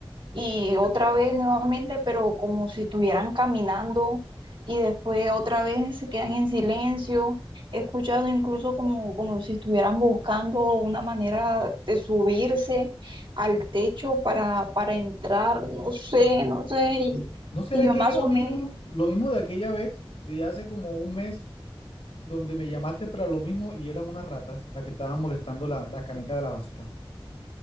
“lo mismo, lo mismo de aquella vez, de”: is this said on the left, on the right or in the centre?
Left